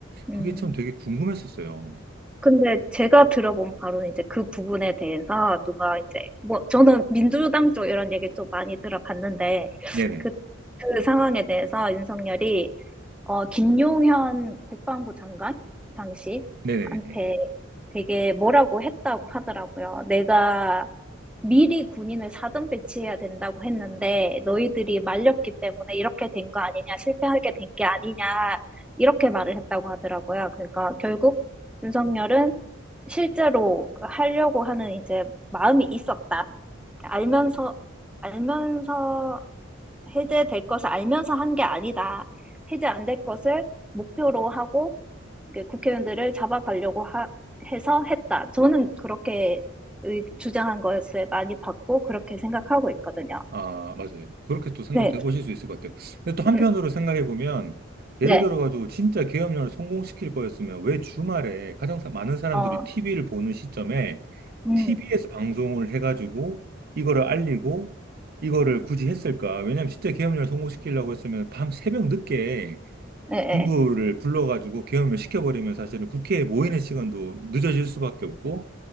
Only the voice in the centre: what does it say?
음.
근데 제가 들어본 바로는 이제 그 부분에 대해서 누가 이제 뭐 저는 민주당 쪽 이런 얘기 좀 많이 들어봤는데
그, 그 상황에 대해서 윤석열이 어 김용현 국방부 장관 당시
한테 되게 뭐라고 했다고 하더라고요. 내가 미리 군인을 사전 배치해야 된다고 했는데 너희들이 말렸기 때문에 이렇게 된 거 아니냐, 실패하게 된 게 아니냐 이렇게 말을 했다고 하더라고요. 그러니까 결국 윤석열은 실제로 하려고 하는 이제 마음이 있었다. 알면서, 알면서 해제될 것을 알면서 한 게 아니다. 해제 안 될 것을 목표로 하고 이게 국회의원들을 잡아가려고 하- 해서 했다. 저는 그렇게 의- 주장한 것을 많이 봤고, 그렇게 생각하고 있거든요.
네,
음,
네,
어,
음,
네,
네,